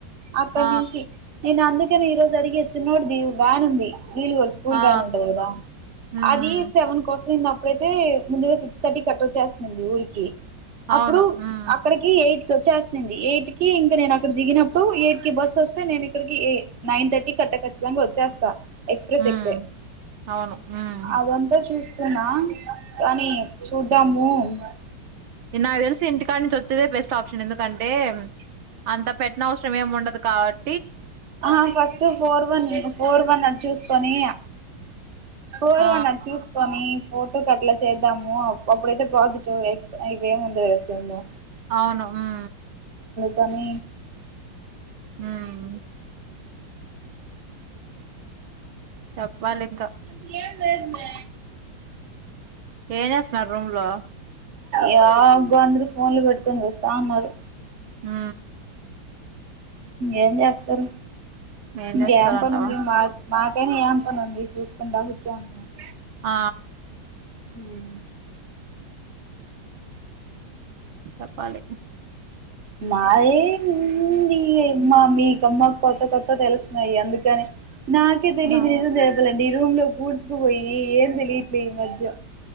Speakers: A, on the right (about 35°); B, on the right (about 75°).
A: అక్కడి
B: ఆ
A: నుంచి నేను అందుక్ కానీ ఈ రోజు అడిగి చిన్నోడిది వాన్ ఉంది వీళ్లు స్కూల్
B: ఆ
A: వ్యాన్ ఉంటది కదా
B: ఉమ్
A: అది సెవెన్ కోస్తుం ఇప్పుడైతే ముందుగా సిక్స్ థర్టీ కి అట్ట వచ్చేస్తున్నింది ఊరి కి
B: అవును
A: అప్పుడు
B: ఉమ్
A: అక్కడికి ఎయిట్ వచ్చేసింది ఎయిట్ కి ఇంకా నేను అక్కడ దిగినప్పుడు ఎయిట్ కి బస్ వస్తే నేను ఇక్కడికి నైన్ థర్టీ కట్ట ఖచ్చితంగా వచ్చేస్తా ఎక్స్ప్రెస్
B: ఉమ్
A: ఎక్కితే
B: అవును ఉమ్
A: అదంతా చూసి తున్న కానీ చూద్దాము బ
B: ఇ నాకు తెల్సి ఇంటి కాడ నుంచి వచ్ చ్చేదే బెస్ట్ ఆప్షన్ ఎందుకంటే అంత పెట్టినవసరం ఏం ఉండదు కాబట్
A: ఆ first four one four one at చూసుకొని ఫోర్
B: ఆ
A: వన్ అట్ చూసుకొని ఫోర్ టు కట్ల చేద్దాము అప్పుడైతే పాజిటివ్ ఎక్స్ ఇవేమి ఉండదు కదా సెమ్ము
B: అవును ఉమ్
A: కానీ
B: ఉమ్ చెప్పాలి ఇంక
A: అంత ఏం లేదు మే
B: ఏం చేస్తున్నారు రూమ్ లో
A: యా గో అంద్రూ ఫోన్లు పెట్టుకొన్ చూస్తాన్నారు
B: హ
A: ఏం చేస్తారు
B: ఏం
A: ఇంకేం
B: చేస్తారంటావా
A: పని ఉంది మాకైనా ఏం పని ఉంది చూసుకుంటా కూర్చొని ఉంటా
B: ఆ
A: ఉమ్
B: చెప్పాలి
A: మాయేంది అమ్మా మీకమ్మ కొత్త కొత్త తెలుస్తున్నాయి అందుకని నాకే తెలిదు
B: నా
A: నిజం చెప్పాలి అంటే రూమ్ లో కూడ్చుకుపోయి ఏం తెలియట్లే ఈ మధ్య